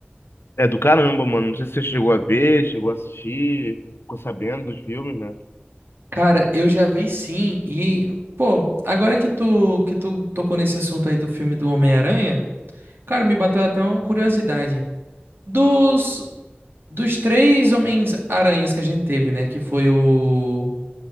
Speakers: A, on the left; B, on the right.
A: é do caramba, mano. Não sei se você chegou a ver, chegou a assistir, ficou sabendo dos filmes, né?
B: Cara, eu já vi sim e, pô, agora que tu que tu tocou nesse assunto aí do filme do Homem-Aranha, cara, me bateu até uma curiosidade. Dos dos três Homens-Aranhas que a gente teve, né, que foi o